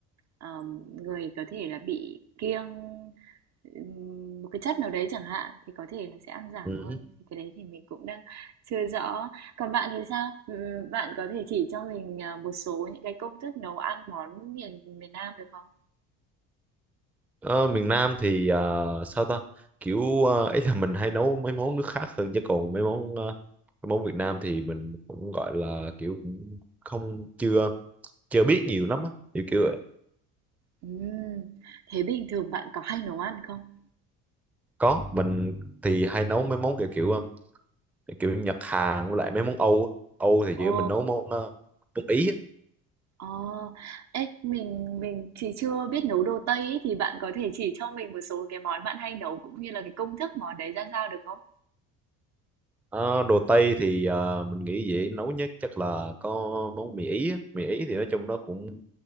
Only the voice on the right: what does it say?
ờm, người có thể là bị kiêng, ừm, một cái chất nào đấy chẳng hạn, thì có thể là sẽ ăn giảm
hơn.
Thì cái đấy thì mình cũng đang chưa rõ. Còn bạn thì sao? Ừm, bạn có thể chỉ cho mình, à, một số những cái công thức nấu ăn món miền miền Nam được không?
Ừm, thế bình thường bạn có hay nấu ăn không?
Ồ,
ồ, ấy, mình mình thì chưa biết nấu đồ Tây ấy, thì bạn có thể chỉ cho mình một số cái món bạn hay nấu cũng như là cái công thức món đấy ra sao được không?